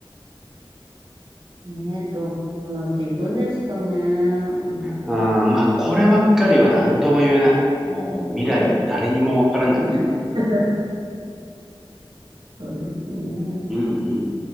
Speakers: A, on the right; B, in the centre.
A: ね、どうなっていくんですかね。本当に。
B: あーまあ、こればっかりは何とも言えない。もう、未来は誰にもわからない。
A: うん <laughs> そうですね。
B: うんうん。